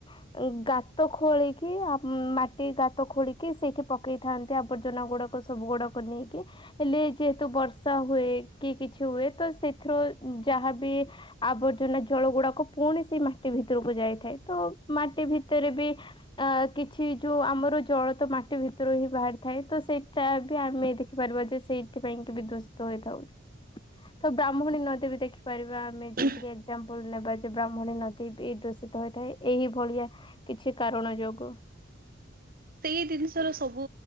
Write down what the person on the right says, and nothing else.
ହଁ।
ସେଇ ଦିନିଷ ର ସବୁ